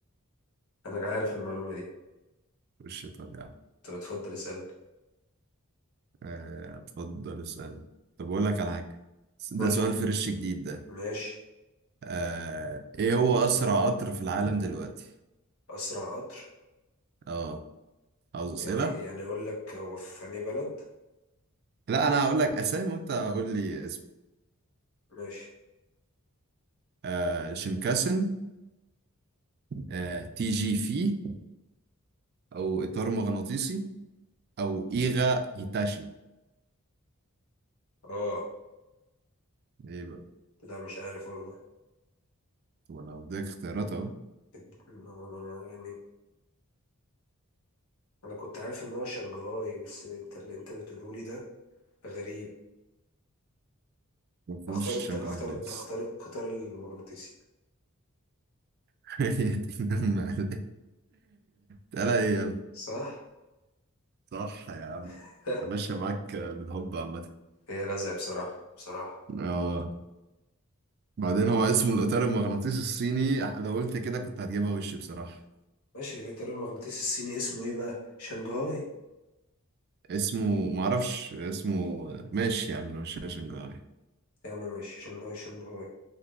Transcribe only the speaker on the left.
انا عارف المعلومة دي
طب اتفضل اسألني
قول
لي
ماشي
اسرع قطر
يعني يعني اقول لك هو في انهي بلد
ماشي
اه
لا مش عارف والله
الد- ما- ما- ما- يعني انا كنت عارف ان هو شنغهاي بس انت اللي انت بتقوله لي ده غريب
اختار الت...
اختار
الت... اختار القطار المغناطيسي
صح
<laughs>
هي رزق بصراحة بصراحة
ماشي الإطار المغناطيسي الصيني اسمه إيه بقى؟ شنغهاي
يا عم ماشي شنغهاي شنغهاي